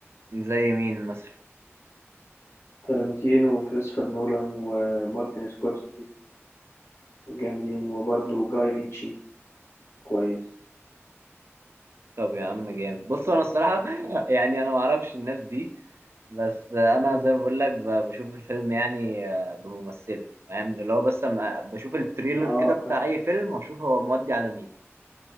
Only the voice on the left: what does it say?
تارانتينو وكريستوفر نولان ومارتن سكورسيزي جامدين وبرده جاي ريتشي كويس
مم.
اه
فاهم